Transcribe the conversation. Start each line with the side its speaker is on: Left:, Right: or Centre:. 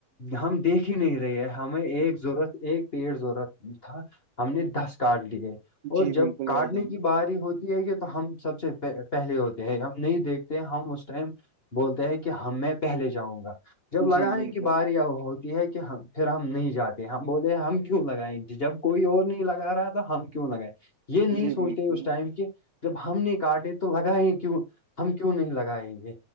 Left: ہم دیکھ ہی نہیں رہے ہے ہمیں ایک ضرورت ایک پیڑ ضورت تھا ہم نے دس کاٹ لیے اور
Right: جی بالکل
Left: جب کاٹنے
Right: بھائی جان
Left: کی باری ہوتی کہ تو ہم سب سے پہلے ہوتے ہیں ہم نہیں دیکھتے ہم اس ٹائم بولتے ہیں کہ ہم میں پہلے جاؤں گا جب لگانے
Right: جی بالکل
Left: کی باری ہوتی ہے کہ پھر ہم نہیں جاتے ہم بولتے ہم کیوں لگائے جب کوئی اور نہیں لگا رہا تو ہم کیوں لگائے یہ نہیں
Right: جی
Left: سوچتے
Right: بالکل
Left: اس ٹائم کہ جب ہم نے کاٹے تو لگاے کیوں ہم کیوں نہیں لگائیں گے